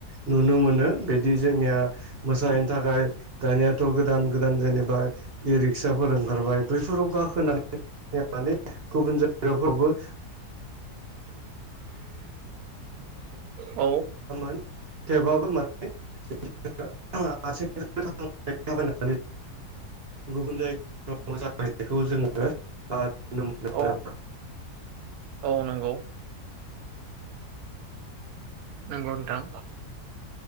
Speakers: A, on the right; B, on the right.
A: नुनो मोनो बिदि जोंनिआ मोसाहैनो थाखाय दानिआथ' गोदान गोदान जेनोबा इ रिक रिक्साफोर ओंखारबाय बैफोराव गाखोनाय माने गुबुन जायगाफ्रावबो
B: औ
A: <unintelligible> थेवबाबो माने बिदि आथिं <unintelligible> गुबुन जायगायाव मोसाहैनायखौ जोङो ओ नुनो मोनो
B: औ
A: आरो।
B: औ नंगौ नोंगौ नोंथां